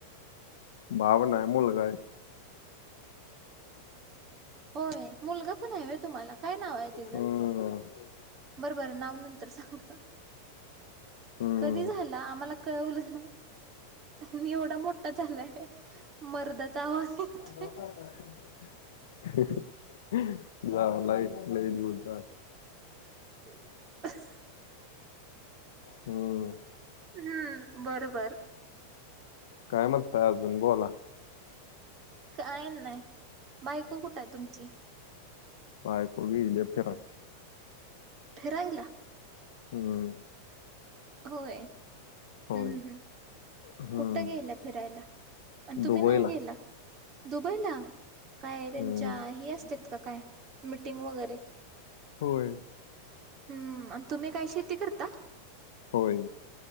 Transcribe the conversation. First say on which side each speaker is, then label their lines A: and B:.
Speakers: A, on the left; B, on the right.
A: भाऊ नाही मुलगा आहे.
B: होय मुलगा पण आहे व्हय तुम्हाला काय नाव आहे त्याच.
A: हम्म
B: बर बर नाव नंतर सांगा.
A: हम्म
B: कधी झाला आम्हाला कळवल नाही. निवड मोठा झालाय मर्दाचा आवाज येतोय.
A: <unintelligible> झालाय लई दिवस झाले.
B: <inaudible>
A: हम्म
B: हम्म बरोबर.
A: काय म्हणताय अजून बोला.
B: काय नाही. बायको कुठ आहे तुमची?
A: बायको गेलीय फिराय.
B: फीरायला
A: हम्म
B: होय.
A: होय
B: हम्म हम्म हम्म
A: हम्म
B: कुठ गेल्या फिरायला. आणि तुम्ही
A: दुबईला
B: नाही गेला. दुबईला काय त्यांच्या
A: हम्म
B: हे असत्यात का काय मिटिंग वगैरे.
A: होय.
B: हम्म आणि तुम्ही काय शेती करता.
A: होय.